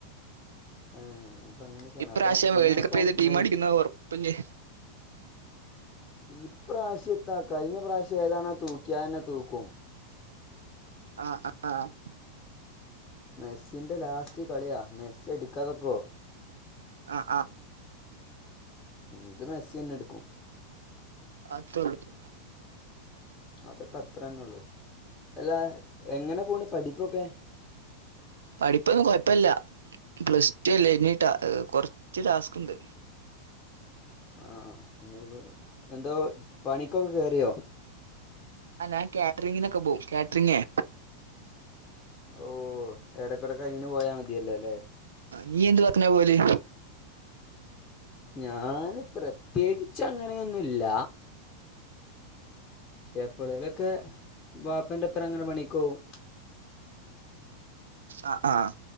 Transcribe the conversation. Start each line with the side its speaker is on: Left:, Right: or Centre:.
Left: <inaudible>
Right: ഇപ്രാശ്യം
Left: അപ്പം ഇന്നിപ്പം
Right: വേൾഡ് കപ്പ് ഏത് ടീം
Left: നൈറ്റ്
Right: അടിക്കുന്നുന്നത് ഒറപ്പുല്ലേ
Left: ഈപ്രാശ്യം എന്താ കഴിഞ്ഞ പ്രാവശ്യം ഏതാണോ തൂക്കിയത് അത് തന്നെ തൂക്കും
Right: ആഹ് ആഹ് ആഹ്
Left: മെസ്സിന്റെ ലാസ്റ്റ് കളിയാ മെസ്സി അടിക്കാതെ നിക്കുവോ
Right: ആഹ് ആഹ്
Left: ഇതു മെസ്സി തന്നെടുക്കും
Right: അദ്യത്തേയുള്ളു
Left: അതൊക്കെ അത്ര തന്നെ ഒള്ളൂ അല്ലാ എങ്ങനെ പോണ് പഠിപ്പൊക്കെ
Right: പഠിപ്പൊന്നും കൊയപ്പല്ല പ്ലസ് ടു അല്ലേ ഇനി കൊറച്ച് ടാസ്ക് ഒണ്ട്
Left: ആഹ് എന്തോ പണിക്കൊക്കെ കേറിയോ
Right: ആഹ് ഞാൻ കാറ്ററിംഗിന്നൊക്കെ പോകും കാറ്ററിംങേ
Left: ഓ എടക്കടക്ക് ആയിന് പോയാ മതിയലല്ലോ അല്ലേ
Right: നീ എന്ത് പറഞ്ഞാ പോകല്
Left: ഞാന് പ്രത്യേകിച്ച് അങ്ങനൊന്നുംല്ല എപ്പോളോലൊക്കെ വാപ്പന്റെ ഒപ്പം അങ്ങനെ പണിക്കു പോകും
Right: ആഹ് ആഹ്